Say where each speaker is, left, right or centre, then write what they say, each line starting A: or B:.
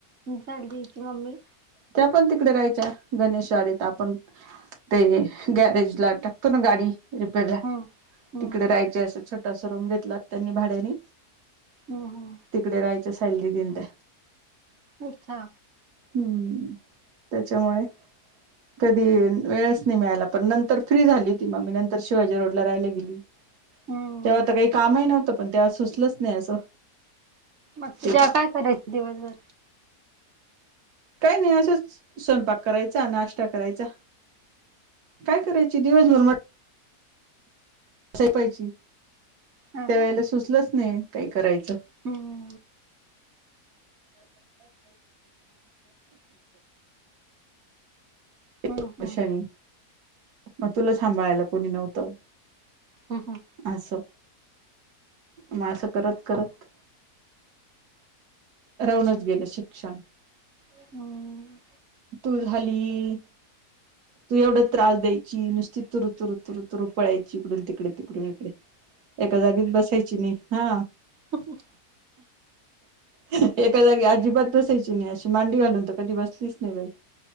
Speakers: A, on the right (about 55°); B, on the right (about 75°).
A: सदीची मममी
B: त्या पण तिकडे राहायच्या गणेशवाडीत आपण ते गॅरेज ला टक्तो ना गाडी रिपेरला
A: हम्म हम्म
B: तिकडे राहायचे असं छोटासा रूम घेतला त्यांनी भाड्यानी
A: हम्म हम्म
B: तिकडे राहायच्या सयलली दिन त्या
A: अच्छा
B: हम्म त्याच्यामुळे कधी वेळच नाही मिळाला पण नंतर फ्री झाली होती म मी नंतर शिवाजी रोडला राहायला गेली
A: हम्म
B: तेव्हा आता काही कामही नव्हतं पण तेव्हा सुचलंच नाही असं
A: मग
B: ते
A: त जेव्हा काय करायचं दिवसभर
B: काही नाही असं स्वयंपाक करायचा नाश्ता करायचा काय करायची दिवसभर पाहि
A: हा
B: त्या वेळेला सुचलंच नाही काही करायचं
A: हो
B: एक
A: हम्म हम्म
B: वर्षानी म तुला सांभाळायला कोणी नव्हतं
A: हो हो
B: असं मग असं करत करत राहूनच गेलं शिक्षण
A: हम्म.
B: तू झाली तू एवढ त्रास देई नुसती तुरु तुरु तुरु तुरु पळायची इकडून तिकडे तिकडून इकडे एका जागीेत बसायची हा
A: हो
B: हम एका जागी अजिबात बसायची नाही अशी मांडी घालून तर कधी बसलीच नाही बाई.